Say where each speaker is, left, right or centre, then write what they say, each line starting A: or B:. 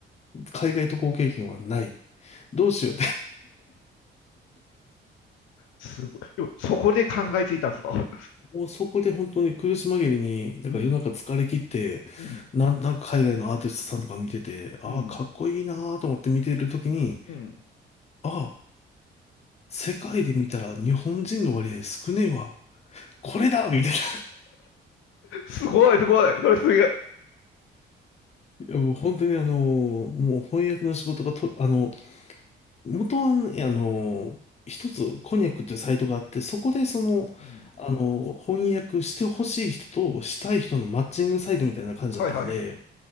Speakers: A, on the left (about 35°); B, on the left (about 85°).
A: 海外渡航経験はない。どうしようって
B: すごい。でもそこで考えついたんですか <laughs>
A: もうそこで本当に苦し紛れに、だから夜中疲れ切って、
B: うん、うん、
A: なんとなく海外のアーティストさんとか見てて、ああ、
B: うん、
A: かっこいいなーと思って見てるときに、
B: うん。
A: ああ、世界で見たら日本人の割合少ねえわ。これだみたいな。
B: <laughs> すごい、すごい。それすげえ。
A: いやもう本当にあのもう翻訳の仕事がと、あの、元はね、あの一つコニャックっていうサイトがあって、そこでその、
B: うん。
A: あの翻訳してほしい人としたい人のマッチングサイトみたいな感じだったんで、
B: はいはい。